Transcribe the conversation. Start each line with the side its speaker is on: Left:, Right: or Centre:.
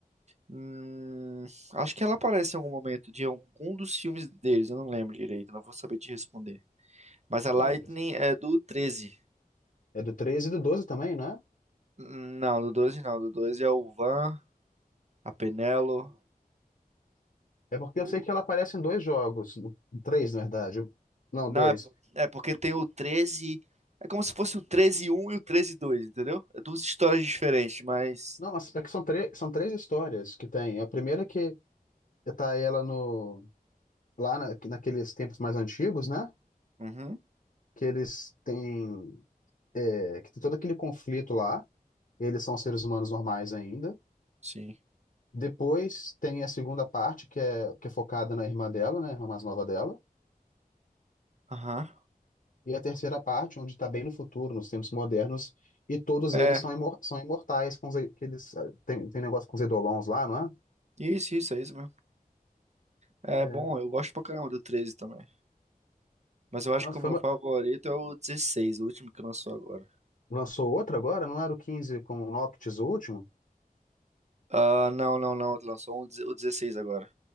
Right: Hum, acho que ela aparece em algum momento de algum dos filmes deles, eu não lembro direito, não vou saber te responder. Mas a Lightning
Left: Meu Deus.
Right: é do 13.
Left: É do 13 e do 12 também, né?
Right: Não, do 12, não, do 12 é o Van, a Penelo.
Left: É porque
Right: o-
Left: eu sei que ela aparece em dois jogos, no- três, na verdade. Não,
Right: Não,
Left: dois.
Right: é, é porque tem o 13. É como se fosse o treze um e o treze dois, entendeu? É duas histórias diferentes, mas.
Left: Não, mas é que são, três são três histórias que tem. A primeira que tá ela no, lá na- naqueles tempos mais antigos, né?
Right: Uhum,
Left: Que eles têm, é, que tem todo aquele conflito lá. Eles são seres humanos normais ainda.
Right: sim.
Left: Depois tem a segunda parte, que é, que é focada na irmã dela, né? A mais nova dela.
Right: Aham.
Left: E a terceira parte, onde está bem no futuro, nos tempos modernos, e todos
Right: É,
Left: eles são, imor- são imortais, com os, e- que eles ah, tem, tem negócio com os Eidolons lá, não
Right: isso, isso, é isso mesmo. É
Left: é? É.
Right: bom, eu gosto pra caramba do 13 também. Mas eu acho
Left: Nossa,
Right: que o
Left: foi
Right: meu
Left: uma-
Right: favorito é o 16, o último que lançou agora.
Left: lançou outra agora? Não era o 15 com o Noctis, o último?
Right: Ah, não, não, não. Lançou um, deze- o 16 agora.